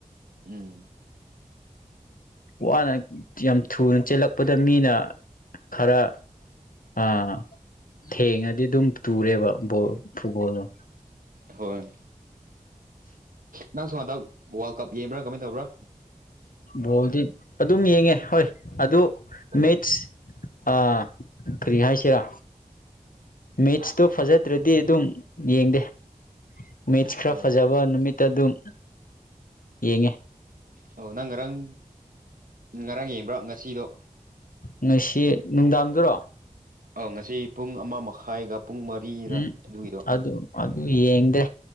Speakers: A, on the right (about 80°); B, on the left (about 80°).
A: ꯎꯝ
B: ꯋꯥꯅ ꯌꯥꯝ ꯊꯨꯅ ꯆꯦꯜꯂꯛꯄꯗ ꯃꯤꯅ ꯈꯔ ꯑꯥ ꯊꯦꯡꯉꯗꯤ ꯑꯗꯨꯝ ꯇꯨꯔꯦꯕ ꯕꯣꯜ ꯐꯨꯠꯕꯣꯜꯗꯣ
A: ꯍꯣꯏ ꯅꯪ ꯁꯣ ꯍꯟꯗꯛ ꯋꯥꯔꯜ ꯀꯞ ꯌꯦꯡꯕ꯭ꯔꯥ ꯀꯃꯥꯏ ꯇꯧꯕ꯭ꯔꯥ
B: ꯕꯣꯜꯗꯤ ꯑꯗꯨꯝ ꯌꯦꯡꯉꯦ ꯍꯣꯏ ꯑꯗꯨ
A: ꯑꯣ
B: ꯃꯦꯠꯁ ꯑꯥ ꯀꯔꯤ ꯍꯥꯏꯁꯤꯔꯥ ꯃꯤꯠꯁꯇꯣ ꯐꯖꯗ꯭ꯔꯗꯤ ꯑꯗꯨꯝ ꯌꯦꯡꯗꯦ ꯃꯦꯠꯁ ꯈꯔ
A: ꯑꯣ
B: ꯐꯖꯕ ꯅꯨꯃꯤꯠꯇ ꯑꯗꯨꯝ ꯌꯦꯡꯉꯦ
A: ꯑꯣ ꯅꯪ ꯉꯔꯥꯡ ꯉꯔꯥꯡ ꯌꯦꯡꯕ꯭ꯔꯣ ꯉꯁꯤꯗꯣ
B: ꯉꯁꯤ ꯅꯨꯡꯗꯥꯡꯗꯨꯔꯣ
A: ꯉꯁꯤ ꯄꯨꯡ ꯑꯃ ꯃꯈꯥꯏꯒ ꯄꯨꯡ ꯃꯔꯤꯔꯥ
B: ꯎꯝ
A: ꯑꯗꯨꯒꯤꯗꯣ
B: ꯑꯗ ꯑꯗꯨ ꯌꯦꯡꯗꯦ